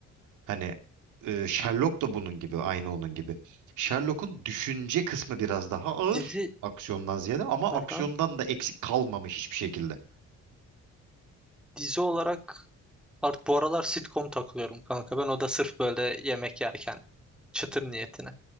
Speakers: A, on the right; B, in the centre.
A: Hani e, Sherlock da bunun gibi, aynı onun gibi. Sherlock'un düşünce kısmı biraz daha ağır
B: Dizi.
A: aksiyondan ziyade ama
B: Aha.
A: aksiyondan da eksik kalmamış hiçbir şekilde.
B: Dizi olarak art bu aralar sitcom takılıyorum kanka. Ben o da sırf böyle yemek yerken çıtır niyetine.